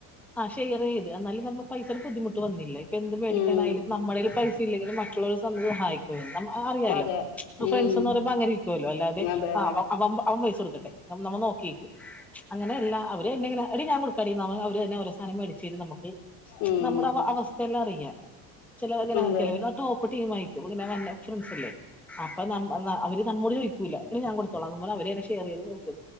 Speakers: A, in the centre; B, on the left (about 70°).
A: ആഹ ഷെയർ ചെയ്ത് എന്നാലും നമ്മ പൈസ ഒരു ബുദ്ധിമുട്ട്ന്നില്ല ഇപ്പൊ എന്ത് മേടിക്കാനായാലും
B: ഉം
A: നമ്മുടെേൽ പൈസ ല്ലെങ്ക മക്കളോട് സ് സഹായിക്ക അറിയാലോ
B: അതെ
A: ഫ്രണ്ട്സ്
B: ഉം
A: എന്ന് പറയുമ്പോ അങ്ങനെ ഇരിക്കുവല്ലോ അല്ലാതെ <unintelligible>
B: അതെ അതെ
A: കൊടുക്കട്ടെ നമ്മ നോക്കി അങ്ങനെ അവര് ഒരു ൻ കൊടുക്കാടി സാനം മേടിച്ചട്ട് നമുക്ക്
B: ഉം
A: നമ്മുടെ അവസ്ഥയെല്ലാം അറിയാം. ചിലങ്ങനെ
B: അതെ
A: ച ടോപ്പ് ടീം ആയിക്കും. അങ്ങനെ വസ് അല്ലേ അപ്പൊ ന അവര്മ്മോട് ചോദിക്കൂല്ല പി ഞാൻ കൊടുത്തോളാം നമ്മെ അവരെ തെ ഷെയർ ചെയ്ത്